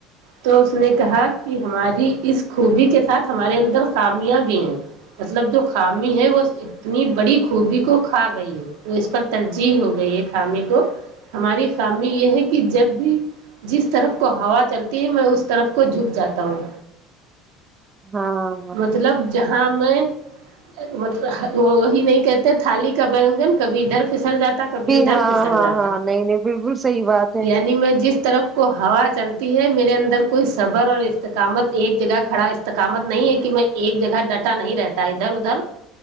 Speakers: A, on the right; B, on the right.
A: تو اس نے کہا کہ ہماری اس خوبی کے ساتھ ہمارے اندر خامیاں بھی ہیں مطلب جو خامی ہے وہ اتنی بڑی خوبی کو کھا گئی ہے وہ اس پر ترجیح ہو گئی ہے خامی کو ہماری خامی یہ ہے کہ جب بھی جس طرف کو ہوا چلتی ہے میں اس طرف کو جک جاتا ہوں
B: ہاں ہاں
A: مطلب جہاں میں مطلب وہ وہی نہیں کہتے تھالی کا بینگن کبھی ادھر پھسل جا کبھی ادھر
B: ہاں
A: پھسل
B: ہاں
A: جاتا
B: ہاں نہیں نہیں بالکل صحیح بات ہے
A: یعنی میں جس طرف کو ہوا چلتی ہے میرے اندر کوئی صبر اور استقامت ایک جگہ کھڑا تو کامت نہیں ہے کہ میں ایک جگہ ڈٹا نہیں رہتا ادھر ادھر